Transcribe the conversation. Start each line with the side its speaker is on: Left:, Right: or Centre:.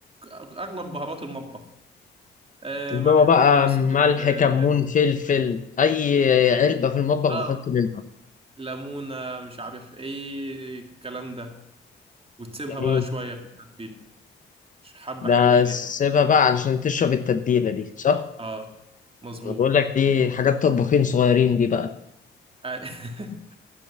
Right: اغلب بهارات المطبخ آه،
Left: اللي
Right: ملح
Left: هو بقى
Right: فلفل اسود
Left: ملح
Right: اه
Left: كمون فلفل اي علبه في المطبخ
Right: آه.
Left: بحط منها
Right: ليمونة مش عارف ايه الكلام ده وتسيبها
Left: جميل
Right: بقى شوية في التتبيلة ش- حبة
Left: ده
Right: حلوين
Left: سيبها
Right: يعني
Left: بقى علشان تشرب التتبيله دي صح
Right: اه مظبوط
Left: انا بقول لك دي حاجات طباخين صغيرين دي بقى
Right: آه. <laughs>